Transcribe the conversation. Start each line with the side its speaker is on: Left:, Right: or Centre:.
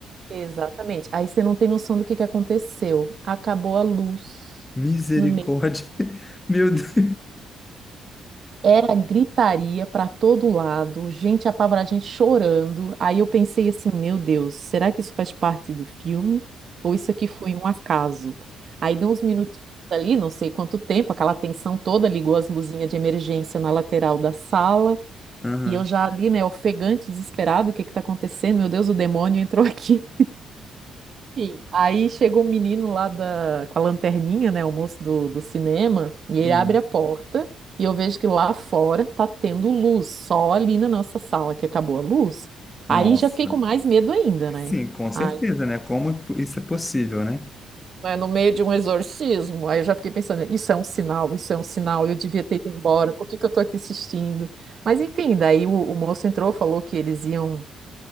Right: Exatamente. Aí você não tem noção do que que aconteceu. Acabou a luz
Left: misericórdia,
Right: no meio.
Left: <laughs> meu Deus.
Right: Era gritaria para todo lado, gente apavorada, gente chorando. Aí eu pensei assim, meu Deus, será que isso faz parte do filme? Ou isso aqui foi um acaso? Aí deu uns minutinhos ali, não sei quanto tempo, aquela tensão toda, ligou as luzinhas de emergência na lateral da sala,
Left: Aham.
Right: e eu já ali, né, ofegante, desesperado, o que que tá acontecendo? Meu Deus, o demônio entrou aqui. Enfim, aí chega o menino lá da, com a lanterninha, né, o moço do, do cinema, e ele
Left: Uhum.
Right: abre a porta e eu vejo que lá fora tá tendo luz, só ali na nossa sala que acabou a luz.
Left: Nossa.
Right: Aí já fiquei com mais medo ainda,
Left: Sim,
Right: né?
Left: com certeza,
Right: Ai,
Left: né? Como isso é possível, né?
Right: mas no meio de um exorcismo, aí eu já fiquei pensando, isso é um sinal, isso é um sinal, eu devia ter ido embora, por que que eu tô aqui assistindo? Mas enfim, daí o, o moço entrou, falou que eles iam